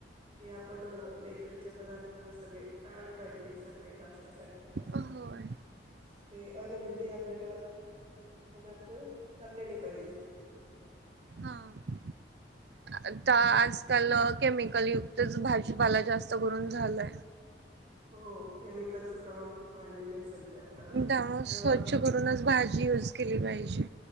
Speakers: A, on the right; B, on the right.
A: ते आपण बेकरीचे पदार्थ स सगळे टाळले पाहिजे सकाळी नाश्त्यासाठी पण असं
B: होय
A: ते अनहेल्थी आपल्याला पदार्थ खाल्ले नाही पाहिजे.
B: हां आता आजकाल केमिकल युक्तच भाजीपाला जास्त करून झालाय.
A: हो केमिकलचं प्रमाण खूप वाढलेलं आहे सध्या. अ
B: मग त्यामुळं स्वच्छ
A: अ,
B: करूनच भाजी यूज केली पाहिजे.